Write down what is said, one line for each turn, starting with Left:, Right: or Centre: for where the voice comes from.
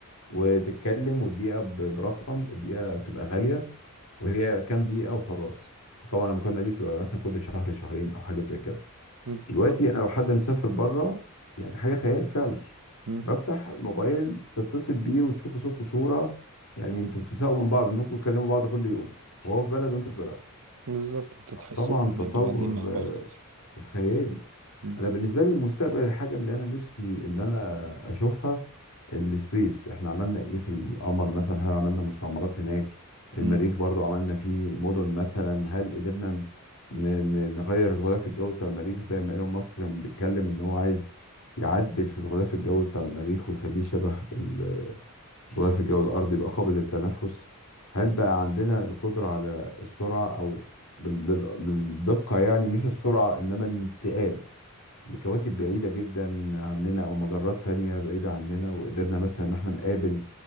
Left: وتتكلم والدقيقه ب- برقم الدقيقه بتبقى غاليه وهي كام دقيقه وخلاص طبعا المكالمه دي بتبقى مثلا كل شهر شهرين او حاجه زي كده
Right: بالظبط
Left: دلوقتي انا لو حد مسافر بره يعني حاجه خيال فعلا
Right: مم.
Left: بفتح الموبايل تتصل بيه وتشوف صوت وصوره يعني انتوا بتساووا من بعض انكم بتكلموا بعض كل يوم وهو في بلد وانت في بلد
Right: بالظبط انت تحسوا
Left: طبعا
Right: ان
Left: تطور
Right: انتوا قاعدين مع بعض اصلا
Left: آه، خيالي
Right: مم.
Left: انا بالنسبه لي المستقبل الحاجه اللي انا نفسي ان انا اشوفها السبيس احنا عملنا ايه في القمر مثلا هل عملنا مستعمرات هناك المريخ
Right: مم.
Left: برضو عملنا فيه مدن مثلا هل قدرنا ن- ن- نغير الغلاف الجوي بتاع المريخ زي ما ايلون ماسك كان بيتكلم ان هو عايز يعدل في الغلاف الجوي بتاع المريخ ويخليه شبه ال- الغلاف الجوي الارضي يبقى قابل للتنفس هل بقى عندنا القدرة على السرعة او بال- لل- للدقة يعني مش السرعة انما الانتقال لكواكب بعيدة جدا عننا أو مجرات تانية بعيدة عننا وقدرنا مثلا إن احنا نقابل